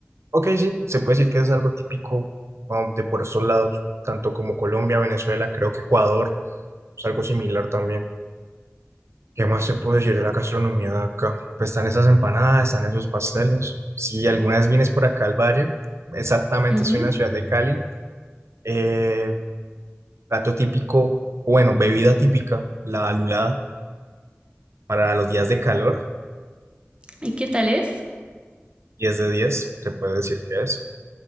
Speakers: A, on the right; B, on the right.
A: Ok, sí, se puede decir que es algo típico vamos, de por estos lados, tanto como Colombia, Venezuela, creo que Ecuador, es algo similar también. ¿Qué más se puede decir de la gastronomía de acá? Pues están esas empanadas, están esos pasteles. Si alguna vez vienes por acá al valle, exactamente
B: Ujú.
A: estoy en la ciudad de Cali, eh, Plato típico, bueno, bebida típica, la lulada para los días de calor,
B: ¿Y qué tal es?
A: 10 de 10 se puede decir que es.